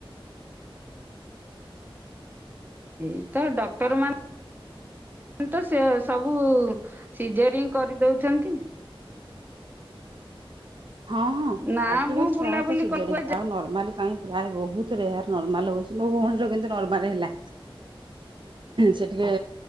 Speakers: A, on the right; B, on the right.
A: ଏଇତ ଡକ୍ଟର ମାନ ତ ସେ ସବୁ ସିଜରିଂ କରିଦଉଛନ୍ତି
B: ହଁ ହଁ
A: ନା
B: ଆଜିକାଲି
A: ମୁଁ ବୁଲାବୁଲି
B: ପ୍ରାୟତଃ ସିଜନିଂ
A: କରି କୁଆ ଯା
B: ଆଉ ନର୍ମାଲି କାଇଁ ପ୍ରାୟ ବହୁତ ରେୟ ନର୍ମାଲ ହଉଛି ମୋ ଭଉଣୀର କିୁ ନର୍ମାଲ ହେଲା ସେ ଟିକେ